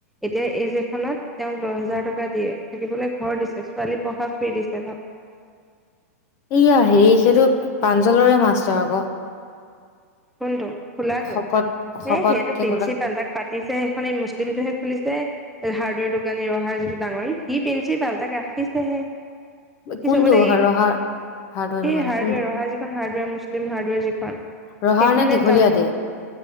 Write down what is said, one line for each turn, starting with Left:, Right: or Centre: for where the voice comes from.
Centre: এতিয়া এইজ এখনত তেওঁক দহ হোজাৰ টকা দিয়ে থাকিবলৈ ঘৰ দিছে ছোৱালী পঢ়া ফ্ৰী দিছে ভাব।
Left: এইয়া হেৰি সেইটো প্ৰাঞ্জলৰে মাষ্টাৰ আকৌ।
Centre: কোনটো? খোলাটো
Left: শকত শকত
Centre: এ সেইটো
Left: কেক
Centre: প্ৰিন্ঞ্চিপালহে তাক পাতিছ সেইখননে এই মুছলিমটোহে খুলিছে হাৰ্ডৱেৰ দোকানী অহাৰ যিটো ডাঙৰি সি পিন্ধছিল পালটাক ৰাখিছেহে। সি
Left: কোনটো
Centre: চবতে এই
Left: ৰহা হাৰ্ডৱেৰ দোকানী
Centre: এই হাৰ্ডৱেৰ
Left: কোনটো
Centre: অহা যিখন হাৰ্ডৱেৰ মুছলিম হাৰ্ডৱেৰ যিখন।
Left: ৰহাৰ
Centre: সেইখনে
Left: নে দীঘলীয়া
Centre: তাত
Left: দেই